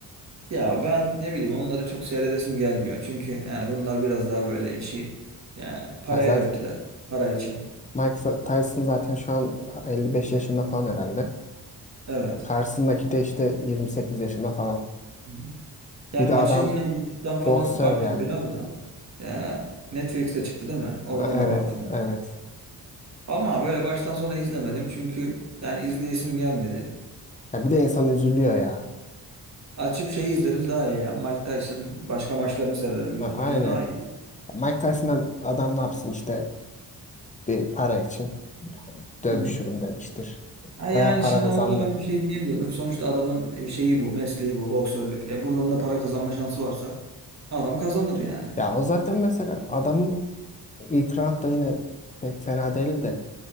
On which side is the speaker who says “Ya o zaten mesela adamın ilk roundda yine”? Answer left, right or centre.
Left